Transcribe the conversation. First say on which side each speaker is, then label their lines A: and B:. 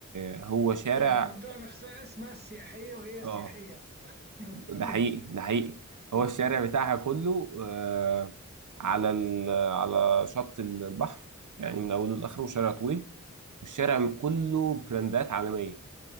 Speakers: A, on the right; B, on the right.
A: آه، هو شارع
B: يعني المنطقة نفسها اسمها السياحية وهي
A: اه
B: سياحية <laughs>
A: ده
B: ماشي
A: حقيقي ده حقيقي هو
B: آه،
A: الشارع
B: إن
A: بتاعها كله آه، على ال- على شط البحر يعني من اوله لاخره شارع طويل والشارع كله براندات عالميه